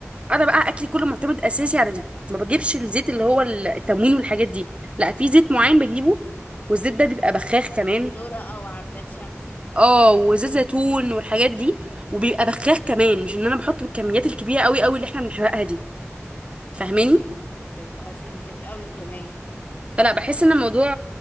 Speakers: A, on the right (about 25°); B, on the left (about 35°).
A: انا بقى اكلي كله معتمد اساسي على دي ما بجيبش الزيت اللي هو التموين والحاجات دي لا في زيت معين بجيبه والزيت ده بيبقى بخاخ كمان
B: زيت ذرة أو عباد شمس
A: اه وزيت زيتون والحاجات دي وبيبقى بخاخ كمان مش ان انا بحط بالكميات الكبيره قوي قوي اللي احنا بنحرقها دي فاهماني
B: فهمتك اه فهمتك أوي كمان
A: فلا بحس ان الموضوع